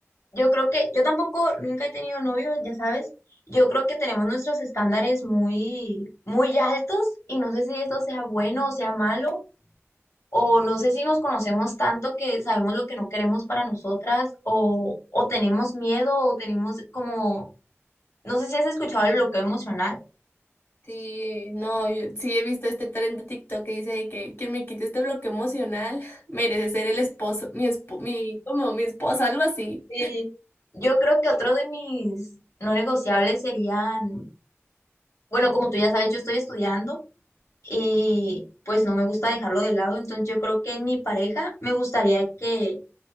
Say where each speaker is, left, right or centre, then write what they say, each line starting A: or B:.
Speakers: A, on the left; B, on the left.
A: Yo creo que yo tampoco nunca he tenido novio, ya sabes. Yo creo que tenemos nuestros estándares muy, muy altos y no sé si esto sea bueno o sea malo, o no sé si nos conocemos tanto que sabemos lo que no queremos para nosotras, o, o tenemos miedo, o tenemos como, no sé si has escuchado el bloqueo emocional.
B: Sí, no, yo sí he visto este tren de TikTok que dice de que quien me quite este bloque emocional <laughs> merece ser el esposo, mi espo, mi, como mi esposa, algo así.
A: Sí. Yo creo que otro de mis no negociables serían, bueno, como tú ya sabes, yo estoy estudiando. y pues no me gusta dejarlo de lado, entonces yo creo que en mi pareja me gustaría que,